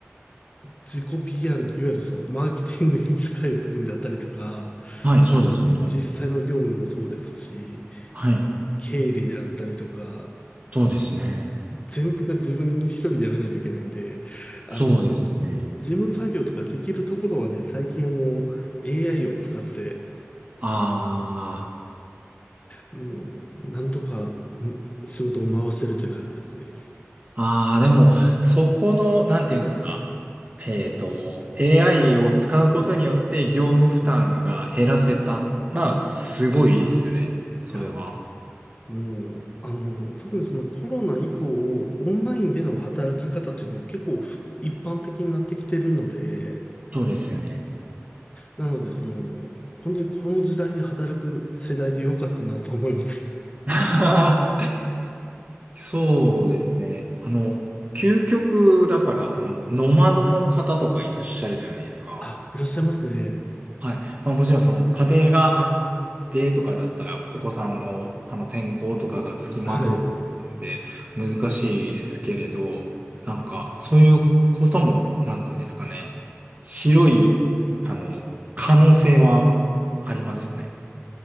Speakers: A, on the left (about 30°); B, on the right (about 30°).
A: 自己 PR の、いわゆるそのマーケティングに近い部分であったりとか、
B: はい、そうですよね。
A: あの、実際の業務もそうですし、
B: はい、
A: 経理であったりとか、
B: そうですね。
A: 全部が自分一人でやらないといけないんで、あの、
B: そうですね。
A: 事務作業とかできるところはね、最近はもう AI を使って、
B: あ
A: もう、なんとかん仕事を回してるという感じですね。
B: あ、ああ、でも、そこの、なんていうんですか。えっと、AI を使うことによって業務負担が減らせたら、すごいいいですよね。それは。
A: いや、もう、あの、特にそのコロナ以降、オンラインでの働き方というのも結構ふ一般的になってきてるので、
B: そうですよね。
A: なので、その、本当にこの時代に働く世代で良かったなと思います。
B: <laughs> あ、そうですね。あの、究極だから、あの、ノマドの方とかいらっしゃるじゃないですか。
A: あ、いらっしゃいますね。
B: はい。まあもちろんその家庭があってとかだったら、お子さんのあの転校とかがつきまとうんで難しいですけれど、
A: はい。
B: なんかそういうことも、なんていうんですかね。広い、あの、可能性はありますよね。